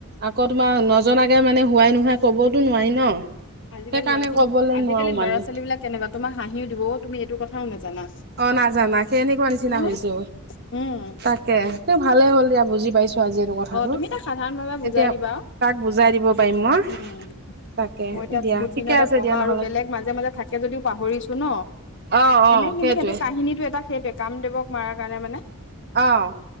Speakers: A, on the right; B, on the left.
A: আকৌ তোমাৰ নজনাকে মানে হোৱাই নোহাই কবওতো নোৱাৰি ন
B: আজিকালি
A: সেইকাৰণে
B: ল'ৰা- ছোৱালী
A: ক'বলৈ
B: আজিকালি
A: নোৱাৰো মানে
B: লৰা- ছোৱালীবিলাক কেনেকুৱা তোমাক হাঁহিও দিব তুমি এইটো কথাও নাজানা।
A: অ নাজানা সেই এনেকুৱা নিচিনা
B: হয়নে
A: হৈছে
B: উম
A: তাকে স ভালে হ'ল দিয়া বুজি পাইছো আজি এইটো কথাটো
B: অ তুমি তাক সাধাৰণ ভাৱে বুজাই
A: এতিয়া
B: দিবা
A: তাক বুজাই দিব পাৰিম মই।
B: উম
A: তাকে
B: মই এতিয়া
A: দিয়া
B: বহুত
A: ঠিকে
B: দিনতে
A: আছে
B: পঢ়া
A: দিয়া নহ'লে
B: আৰু বেলেগ মাজে মাজে থাকে যদিও পাহৰিছো ন।
A: অ অ।
B: এনে কিন্তু
A: সেইটোৱে
B: সেইটো কাহিনীটো এটা সেইটোৱে কামদেৱক মৰা কাৰণে মানে
A: আহ